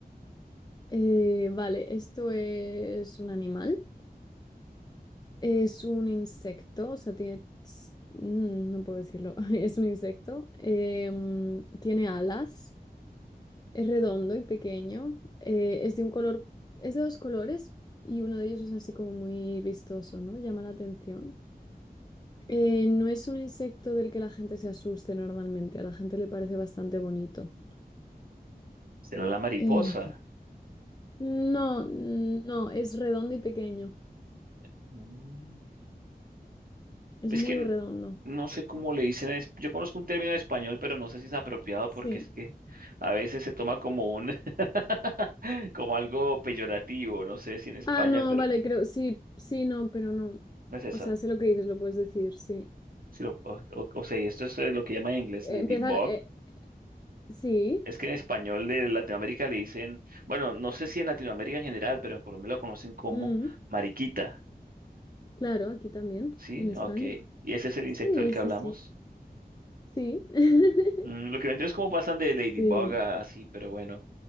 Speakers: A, on the left; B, on the right.
A: Eh, vale, esto es un animal. Es un insecto, o sea, tiene... ts- mm, no puedo decirlo. <laughs> Es un insecto. Em, tiene alas. Es redondo y pequeño. eh, es de un color... Es de dos colores y uno de ellos es así como muy vistoso, ¿no? Llama la atención. Eh, no es un insecto del que la gente se asuste normalmente, a la gente le parece bastante bonito.
B: Será la mariposa.
A: Eh, no, no, es redondo y pequeño,
B: Mm.
A: es
B: Es
A: muy
B: que n-
A: redondo.
B: no sé cómo le dicen. en es- Yo conozco un término en español, pero no sé si es apropiado
A: Sí.
B: porque es que a veces se toma como un, <laughs> como algo peyorativo. No sé si en España,
A: Ah, no,
B: pero
A: vale, creo, sí, sí, no, pero no.
B: no es esa.
A: O sea, sé lo que dices, lo puedes decir, sí.
B: Si lo, o, o- o sea, y esto es eh, lo que llaman en inglés
A: Eh,
B: ladybug.
A: empieza, eh, sí,
B: Es que en español de Latinoamérica le dicen, bueno, no sé si en Latinoamérica en general, pero en Colombia lo conocen como
A: mm,
B: mariquita.
A: claro, aquí también,
B: Sí,
A: en España.
B: ok. ¿Y ese es el
A: Sí,
B: insecto del que
A: sí,
B: hablamos?
A: sí, sí. <laughs>
B: Mm, lo que no entiendo es cómo pasan de Ladybug
A: Sí.
B: a así, pero bueno.